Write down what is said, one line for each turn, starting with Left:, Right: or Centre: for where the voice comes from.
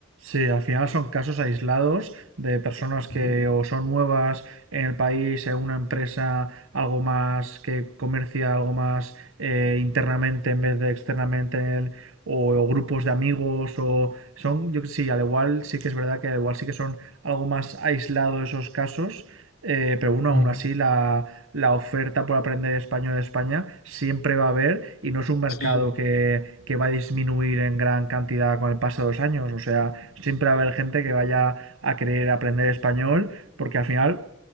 Right: Sí, al final son casos aislados de personas que
Left: Ujú.
Right: o son nuevas en el país, en una empresa, algo más que comercia, algo más eh, internamente en vez de externamente, en el- o, o grupos de amigos, o son, yo que sí, al igual sí que es verdad que al igual sí que son algo más aislados esos casos eh, pero bueno,
Left: Mm.
Right: aún así la, la oferta por aprender español en España siempre va a haber y no es un mercado
Left: Sí.
Right: que, que va a disminuir en gran cantidad con el paso de los años. O sea, siempre va a haber gente que vaya a querer aprender español porque al final